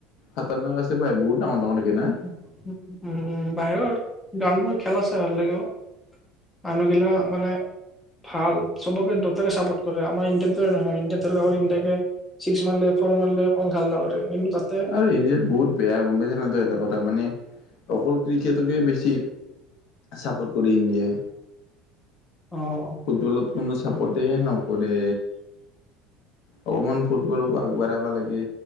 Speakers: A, on the left; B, in the centre.
A: খাতাৰণাক আছে বাই বহুত ডাঙৰ, ডাঙৰ দেখি না।
B: উ, উম', বাহিৰত গ্ৰাউনবোৰ, খেলা চাই ভাল লাগে অ'। মানুহগিলা মানে ভাল সবকে দোটাকে চাপৰ্ট কৰে আমাৰ ইণ্ডিয়াৰ দৰে নহয়, ইণ্ডিয়াত হ'লে অকল ইণ্ডিয়াকে ছিক্স মাৰলে, ফ'ৰ মাৰলে, কম হাল্লা কৰে, কিন্তু তাত
A: আৰু ইণ্ডিয়াত বহুত বেয়া, গ'ম পাইছ নাই ত‌ই এটা কথা মানে অকল ক্ৰিকেটকে বেছি ছাপৰ্ট কৰে ইণ্ডিয়াই
B: অ'।
A: ফুটবলত কোনো ছাপোৰ্টেই নকৰে। অকণমান ফুটবলকো আগবাঢ়াব লাগে,